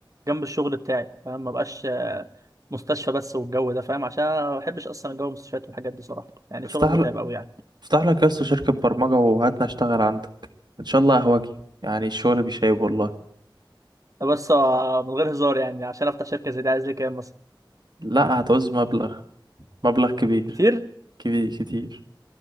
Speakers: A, on the right; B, on the right.
A: جنب الشغل بتاعي فاهم ما بقاش آه، مستشفى بس والجو ده فاهم عشان أنا ما بحبش اصلا جو المستشفيات والحاجات دي صراحه يعني
B: افتح
A: شغل متعب
B: لك
A: قوي يعني
B: افتح لك يا اسطى شركه برمجه وهاتنا اشتغل عندك ان شاء الله اهواجي يعني الشغل بيشيب والله
A: بس آه، من غير هزار يعني عشان افتح شركه زي دي عايز لي كام مثلا
B: لا هتعوز مبلغ مبلغ كبير
A: كتير
B: كبير كتير